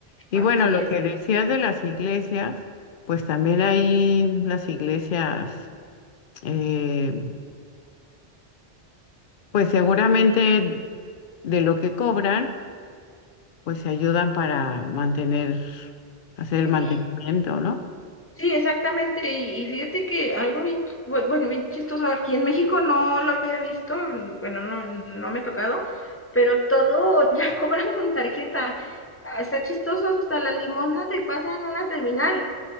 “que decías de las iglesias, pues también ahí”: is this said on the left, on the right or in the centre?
Left